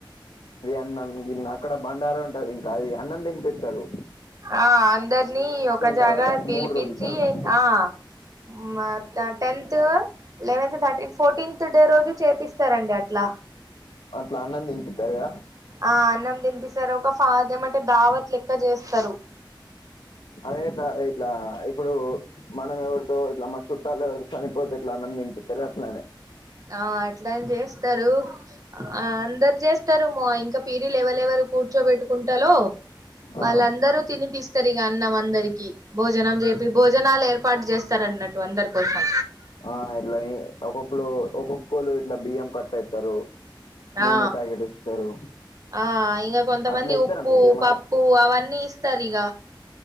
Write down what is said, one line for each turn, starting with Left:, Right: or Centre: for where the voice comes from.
Left: నాలుగు గిన్నె అక్కడ బండారం ఉంటారు ఇంకా అది అన్నం తిని పిస్తారు
Right: ఆ అందరినీ ఒక జాగా
Left: తర్వాత
Right: పిలిపించి
Left: మూడు రోజుల తర్వాత
Right: ఆ మ అత్త tenth eleventh thirteen fourteenth day రోజు చేపిస్తారండి అట్లా
Left: అట్లా ఆన్నం తినిపిద్దారు కదా
Right: ఆ అన్నం తినిపిస్తారు ఒక ఫదం అంటే దావత్ లెక్క చేస్తారు
Left: అదే దా ఇట్లా ఇప్పుడు మనం ఎవరితో ఇట్లా మా చుట్టాలాలు ఎవరితో చనిపోతే ఎట్లా అన్నం తినిపితారు అట్లనే
Right: ఆ అట్లాని చేస్తారు అందరు చేస్తారు మా ఇంకా పీరిలు ఎవరెవరు కూర్చోబెట్టుకుంటలో వాళ్ళ
Left: ఆ
Right: ఆన్ అందరు తినిపిస్తారుగా అన్నాం అందరికి భోజనం చేపి భోజనాలు ఏర్పాటు చేస్తారన్నట్టు అందరి కోసం
Left: ఆ ఇట్లా ఒక్కొక్కరు ఒక్కొక్కళ్ళు ఇట్లా బియ్యం కట్ట ఎత్తారు నూనె
Right: ఆ
Left: ప్యాకెట్ ఇస్తారు
Right: ఆ ఇగ కొంతమంది
Left: అట్లా ఇస్తారా
Right: ఉప్పు
Left: మీకే
Right: పప్పు అవన్నీ ఇస్తారు ఇగ